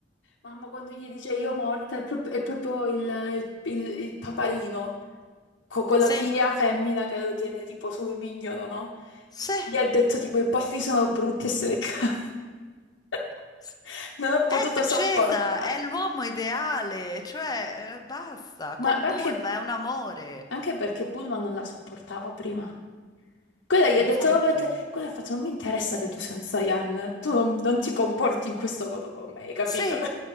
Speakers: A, on the left (about 85°); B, on the left (about 20°).
A: Mamma, quando gli dice io morta, è prop- è proprio, il, il- il paparino, co- con
B: Sì,
A: la figlia femmina che lo tiene tipo sul mignolo, no?
B: sì,
A: Gli ha detto tipo i baffi sono brutti e se le ca- <laughs>
B: s-
A: Non ho potuto
B: è Vecesa,
A: sopportare.
B: è l'uomo ideale, cioè eh, basta,
A: Ma
B: con
A: anche,
B: Bulma è un amore.
A: anche perché Bulma non la sopportava prima. Quella gli
B: Infatti,
A: ha detto, "No, ma te- quella ha fatto, non mi interessa che tu sei un Saiyan, tu non, non ti comporti in questo modo con me, hai capito?
B: sì,